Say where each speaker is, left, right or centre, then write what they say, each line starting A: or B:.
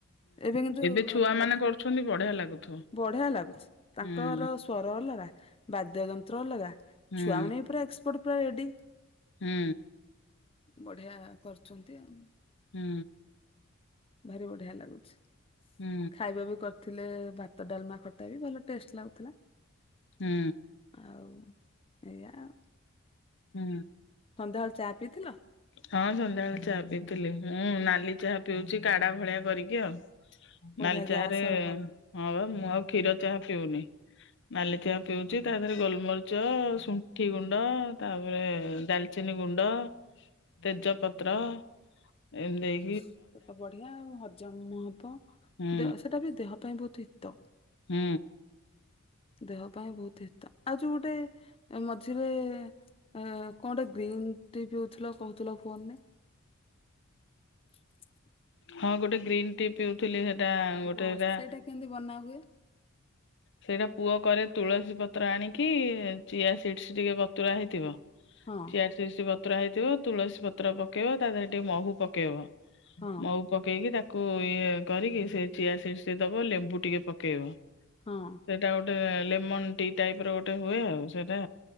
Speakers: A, on the left (about 25°); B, on the left (about 60°).
A: ଏଇଟା କିନ୍ତୁ
B: ଏବେ
A: ଭାରି
B: ଛୁଆ ମାନେ
A: ବଢିଆ
B: କରୁଛନ୍ତି ବଢିଆ ଲାଗୁଥିବ
A: ବଢିଆ ଲାଗୁଛି ତାଙ୍କର
B: ହୁଁ
A: ସ୍ୱର ଅଲଗା ବାଦ୍ୟଯନ୍ତ୍ର ଅଲଗା
B: ହୁଁ
A: ଛୁଆ ମାନେବି ପୁରା ଏକ୍ସପର୍ଟ ପୁରା ରେଡି।
B: ହୁଁ।
A: ବଢିଆ କରୁଛନ୍ତି ଆଉ।
B: ହୁଁ।
A: ଭାରି ବଢିଆ ଲାଗୁଛି।
B: ହୁଁ
A: ଖାଇବା ବି କ ଥିଲେ ଭାତ ଡାଲମା ଖଟାବି ଭଲ ଟେଷ୍ଟ ଲାଗୁଥିଲା।
B: ହୁଁ।
A: ଆଉ ଏଇୟା।
B: ହୁଁ।
A: ସନ୍ଧ୍ୟାବେଳେ ଚାହା ପିଇଥିଲ।
B: ହଁ ସନ୍ଧ୍ୟାବେଳେ ଚାହା ପିଇଥିଲି ମୁଁ ନାଲି ଚାହା ପିଉଛି କାଢା ଭଳିଆ କରିକି ଆଉ।
A: ବଢିଆ
B: ନାଲି
A: ଗ୍ୟାସ୍
B: ଚାହାରେ
A: ହବନି
B: ହଁବା ମୁଁ ଆଉ କ୍ଷୀର ଚାହା ପିଉନି। ନାଲି ଚାହା ପିଉଛି ତା ଦେହରେ ଗୋଲମରିଚ ସୁ କି ଗୁଣ୍ଡ ତାପରେ ଡାଲଚିନି ଗୁଣ୍ଡ ତେଜପତ୍ର। ଏନେକ୍।
A: ସେଟା ବଢିଆ ହଜମ ହବ
B: ହୁଁ
A: ଦେହ ସେଟା ବି ଦେହ ପାଇଁ ବହୁତ ହିତ।
B: ହୁଁ।
A: ଦେହ ପାଇଁ ବହୁତ ହିତ ଆଉ ଯୋଉ ଗୋଟେ ଏ ମଝିରେ ଇଁ କଣ ଗୋଟେ ଗ୍ରୀନ୍ ଟି ପିଉଥିଲ କହୁଥିଲ ଫୋନ ରେ। <inaudible>
B: ହଁ ଗୋଟେ ଗ୍ରୀନ୍ ଟି ପିଉଥିଲି ସେଟା ଗୋଟେ
A: ହଁ
B: ହେଟା
A: ସେଇଟା କେମିତି ବନାହୁଏ?
B: ସେଇଟା ପୁଅ କରେ ତୁଳସୀ ପତ୍ର ଆଣିକି ଚିଆ ସିଡିସ୍ ଟିକେ ବତୁରା ହେଇଥିବ।
A: ହଁ
B: ଚ଼ିଆ ସିଡିସ୍ ବତୁରା ହେଇଥିବ ତୁଳସୀ ପତ୍ର ପକେଇବ ତା ଦେହରେ ଟିକେ ମହୁ ପକେଇବ।
A: ହଁ
B: ମହୁ ପକେଇକି ତାକୁ ଇଏ କରିକି ସେ ଚିଆ ସିଡିସ୍ ଦବ ଲେମ୍ବୁ ଟିକେ ପକେଇବ।
A: ହଁ।
B: ସେଇଟା ଗୋଟେ ଲେମନ ଟି ଟାଇପର ଗୋଟେ ହୁଏ ଆଉ ସେଇଟା।